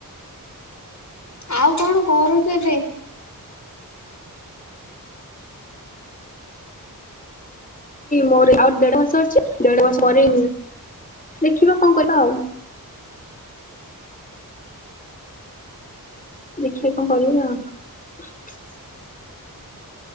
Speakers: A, on the left; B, on the left.
A: ଆଉ କଣ କରୁଛ ଏବେ?
B: ମୋ ଆ ଦେଢ ବର୍ଷ ଅଛି ଦେଢ ବର୍ଷ ପରେ ଦେଖିବା କଣ କରିବା ଆଉ। ଦେଖିବା କଣ କରିବୁ ଆଉ?